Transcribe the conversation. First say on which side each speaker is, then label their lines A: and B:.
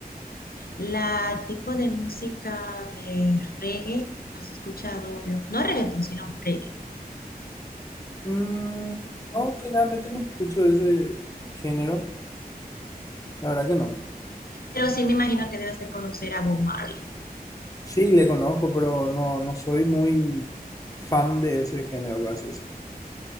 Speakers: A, on the left (about 70°); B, on the left (about 20°).
A: la tipo de música de reggae, no has escuchado, obvio, no reggaeton, sino reggae.
B: Mm, no, generalmente no escucho ese género. La verdad que no.
A: Pero sí me imagino que debes de conocer a Bob Marley.
B: Sí, le conozco, pero no, no soy muy fan de ese género, por así decirlo.